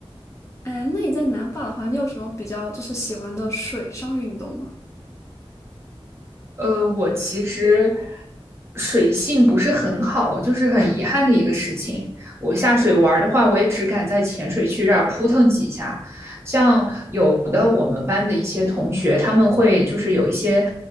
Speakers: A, on the left; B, on the right.
A: 哎，那你在南法的话，你有什么比较就是喜欢的水上运动吗？
B: 呃，我其实水性不是很好，就是很遗憾的一个事情。我下水玩儿的话，我也只敢在浅水区这儿扑腾几下。像有的我们班的一些同学，他们会就是有一些，